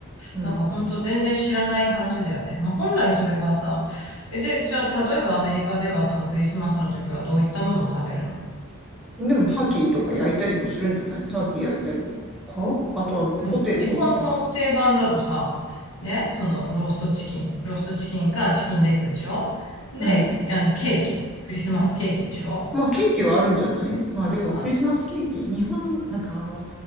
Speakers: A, in the centre; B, on the left.
A: うん。
B: なんかほんと全然知らない話だよね。まあ本来それがさ、え、で、じゃあ例えばアメリカではそのクリスマスの時はどういったものを食べるの
A: でもターキーとか焼いたりもするんじゃないターキー焼いたりとか。あとはもうポテトもなんか。
B: でもほら日本の定番だとさ、ね、そのローストチキン、ローストチキンかチキンレッグでしょね、
A: うん。
B: あのケーキ、クリスマスケーキでしょ
A: まあケーキはあるんじゃないまあでもクリスマスケーキ、
B: あ、そうなの
A: 日本、なんかあの、